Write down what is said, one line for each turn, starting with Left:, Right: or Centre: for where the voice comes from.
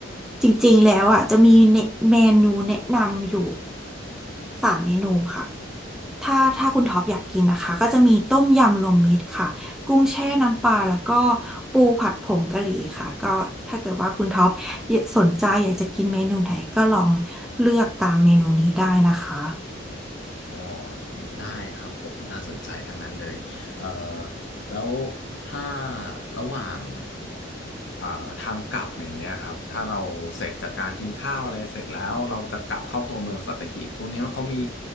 Centre: จริงๆแล้วอ่ะจะมีเนเมนูแนะนำอยู่สามเมนูค่ะ ถ้าถ้าคุณท็อปอยากกินนะคะก็จะมีต้มยำรวมมิตรค่ะกุ้งแช่น้ำปลาแล้วก็ปูผัดผงกะหรี่ค่ะก็ถ้าเกิดว่าคุณท็อปสนใจอยากจะกินเมนูไหนก็ลองเลือกตามเมนูนี้ได้นะคะ
Left: อ๋อได้ครับผมน่าสนใจทั้งนั้นเลยเอ่อแล้วถ้าระหว่างอ่าทางกลับอย่างเงี้ยครับถ้าเราเสร็จจากการกินข้าวอะไรเสร็จแล้วเราจะกลับเข้าตัวเมืองสัตหีบตัวเนี้ยเขามี